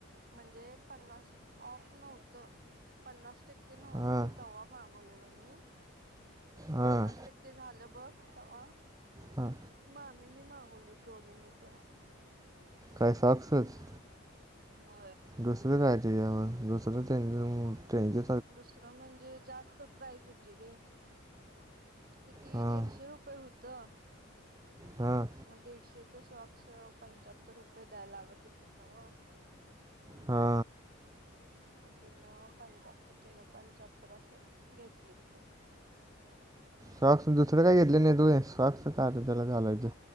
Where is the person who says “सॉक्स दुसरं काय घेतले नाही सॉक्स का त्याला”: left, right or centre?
Right